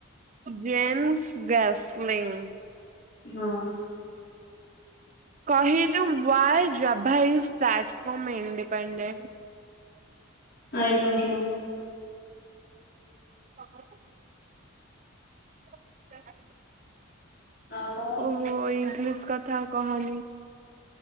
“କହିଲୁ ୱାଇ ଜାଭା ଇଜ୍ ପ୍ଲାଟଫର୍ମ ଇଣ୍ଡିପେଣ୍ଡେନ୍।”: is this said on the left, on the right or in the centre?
Right